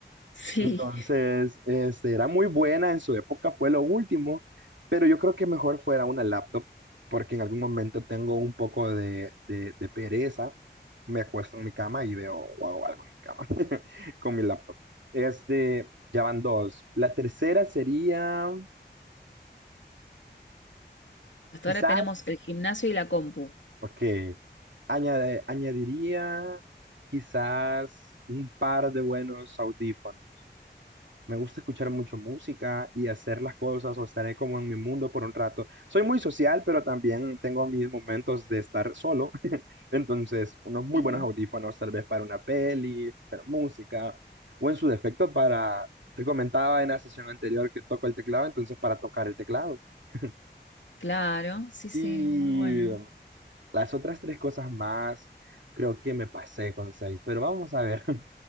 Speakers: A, on the left (about 85°); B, on the right (about 80°).
A: Sí.
B: Entonces, este, era muy buena, en su época fue lo último, pero yo creo que mejor fuera una laptop, porque en algún momento tengo un poco de, de- de pereza, me acuesto en mi cama y veo o hago algo en mi cama <laughs> con mi laptop. Este, ya van dos. La tercera sería,
A: Hasta
B: quizás,
A: ahora tenemos el gimnasio y la compu.
B: ok, añade- añadiría quizás un par de buenos audífonos. Me gusta escuchar mucho música y hacer las cosas o estaré como en mi mundo por un rato. Soy muy social, pero también tengo mis momentos de estar solo. <laughs> Entonces, unos muy
A: Sí.
B: buenos audífonos, tal vez para una peli, escuchar música, o en su defecto para, te comentaba en la sesión anterior que toco el teclado, entonces para tocar el teclado. <laughs>
A: Claro, sí, sí,
B: Y
A: muy bueno.
B: um, las otras tres cosas más, creo que me pasé con seis, pero vamos a ver. <laughs>